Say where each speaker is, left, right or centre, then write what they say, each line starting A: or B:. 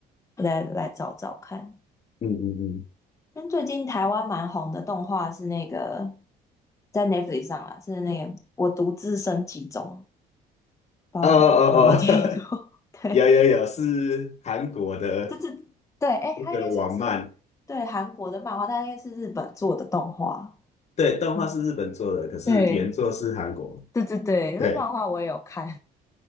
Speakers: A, on the left; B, on the left.
A: 我再来找找看。
B: 嗯嗯嗯，
A: 因为最近台湾蛮红的动画是那个在 Netflix 上啦，是那个《我独自升级中》，不知道你有没有听过？
B: 哦哦哦，<laughs>
A: <laughs> 对，
B: 有有有，是韩国的
A: 就是对，哎，
B: 一个网漫，
A: 它应该算是对韩国的漫画，但应该是日本做的动画。
B: 对，动画是日本做的，
A: 嗯，
B: 可是原作是韩国。
A: 对，对对对，因为漫画我也有看，
B: 对，